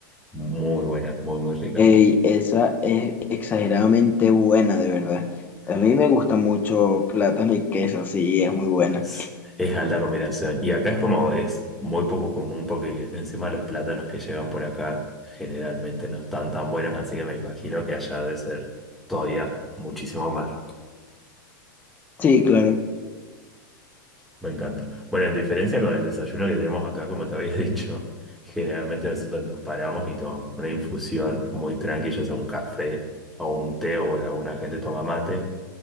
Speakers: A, in the centre; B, on the left.
A: muy buena, muy, muy rica.
B: Ey, esa es exageradamente buena, de verdad. A mí me gusta mucho plátano y queso, sí, es muy buena.
A: Es, es alta combinación. Y acá es como, es muy poco común porque encima los plátanos que llegan por acá generalmente no están tan buenos, así que me imagino que allá debe ser todavía muchísimo más.
B: Sí, claro.
A: Me encanta. Bueno, en diferencia con el desayuno que tenemos acá, como te había <laughs> dicho, generalmente nosotros nos paramos y tomamos una infusión muy tranquila, ya sea un café o un té, o bueno, alguna gente toma mate.